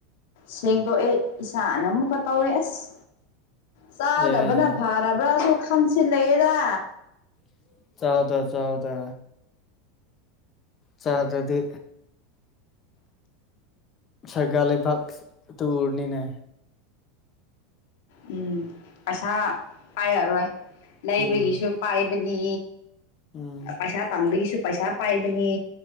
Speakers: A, on the left; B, on the left.
A: ꯁꯦꯡꯗꯣꯛꯑꯦ ꯏꯁꯥꯅ ꯑꯃꯨꯛꯀ ꯇꯧꯋꯦ ꯑꯁ ꯆꯥꯗꯕꯅ
B: ꯌꯥꯏ ꯌꯥꯏ
A: ꯐꯔꯕ꯭ꯔꯥꯁꯨ ꯈꯟꯁꯤꯜꯂꯛꯑꯦꯗ
B: <unintelligible> ꯆꯥꯎꯗ ꯆꯥꯎꯗ ꯆꯥꯗ꯭ꯔꯗꯤ ꯁꯔꯒꯥꯥ ꯂꯩꯕꯥꯛ ꯇꯨꯔꯅꯤꯅ
A: ꯎꯝ ꯄꯩꯁꯥ ꯄꯥꯏꯔꯔꯣꯏ ꯂꯩꯕꯒꯤꯁꯨ
B: ꯎꯝ
A: ꯄꯥꯏꯕꯅꯤ
B: ꯎꯝ
A: ꯄꯩꯁꯥ ꯇꯥꯟꯕꯒꯤꯁꯨ ꯄꯩꯁꯥ ꯄꯥꯏꯕꯅꯤ